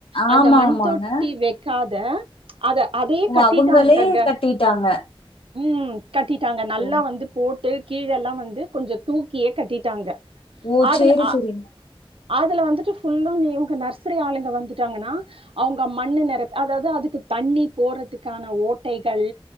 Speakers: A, on the right; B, on the left.
A: அந்த
B: ஆமா,
A: மண்
B: ஆமாங்க.
A: தொட்டி வெக்காத தா அத அதையே
B: ஓ!
A: கட்டிட்டாங்கக
B: அவங்களே கட்டிட்டாங்க.
A: ம்ம் கட்டிட்டாங்க நல்லா
B: ஓ!
A: வந்து போட் ட்டு கீழெல்லாம் வந்து கொஞ்சம் தூக்கியே கட்டிட்டாங்க
B: ஓ
A: அதுல
B: சேரி
A: அ
B: சேரிங்க
A: அதுல வந்துட்டு ஃபுல்லும் நீ இவங்க நர்சரி ஆளுங்க வந்துட்டாங்கன்னா அவங்க மண்ணு நிற அதாவது அதுக்கு தண்ணி போடுறதுக்கான ஓட்டைகள்